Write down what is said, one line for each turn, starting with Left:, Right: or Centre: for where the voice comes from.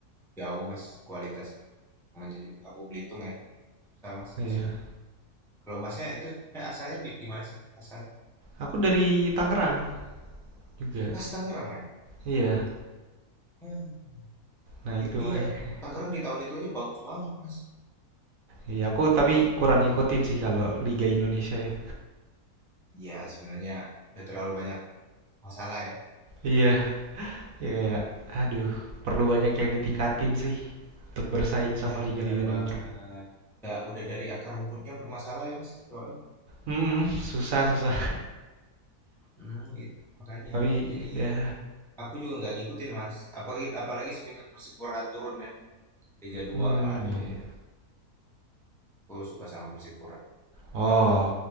Centre: jauh Mas kualitasnya. Namanya ju- aku Belitung ya. Susah Mas
Right: Iya.
Centre: di sini. Kalau Masnya itu sebenarnya asalnya di, di mana sih? Asalnya
Right: Aku dari Tangerang juga.
Centre: Mas Tangerang ya?
Right: Iya.
Centre: Hmm.
Right: Nah
Centre: Di-
Right: itu
Centre: Dia
Right: makanya.
Centre: Tangerang di tahun itu aja bagus banget, Mas.
Right: Iya aku tapi kurang ngikutin sih kalau Liga Indonesia ya.
Centre: Iya, sebenarnya udah terlalu banyak masalah ya.
Right: Iya. Iya. iya. Aduh perlu banyak yang ditingkatin sih untuk bersaing
Centre: Iya,
Right: sama liga-liga
Centre: bener banget.
Right: luar.
Centre: Udah udah dari akar rumputnya bermasalah ya, Mas. Soalnya.
Right: Mm susah susah.
Centre: Hmm, itu
Right: <laughs>
Centre: makanya.
Right: Tapi
Centre: Jadi
Right: ya.
Centre: aku juga nggak ngikutin, Mas. Apalagi apalagi semenjak Persipura turun ya ke Liga dua
Right: Hmm
Centre: aduh
Right: iya.
Centre: aku suka sama Persipura.
Right: Oh,